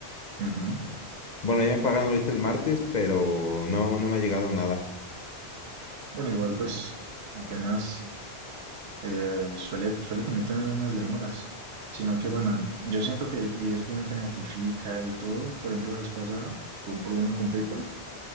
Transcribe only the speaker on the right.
Ujú.
Bueno, igual pues apenas eh, suele, suele también tener unas demoras. Sino que bueno, yo siento que IRTM te notifica y todo. Por ejemplo, la vez pasada tuve un problema con PayPal